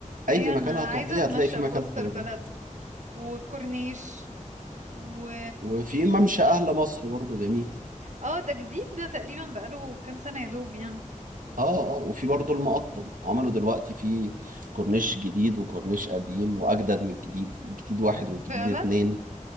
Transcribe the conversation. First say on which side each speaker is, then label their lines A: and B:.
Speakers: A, on the right; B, on the right.
A: اي
B: ايوه
A: مكان
B: انا
A: هتروحيه
B: عايزة اتمشى
A: هتلاقي في مكان
B: في وسط
A: خروجه
B: البلد وكورنيش و
A: وفي ممشى اهل مصر برضو جميل
B: اه ده جديد ده تقريبا بقاله كام سنة يا دوب يعني
A: اه اه وفي برضو المقطم عملوا دلوقتي في كورنيش جديد وكورنيش قديم واجدد من الجديد الجديد واحد والجديد
B: فعلا
A: اتنين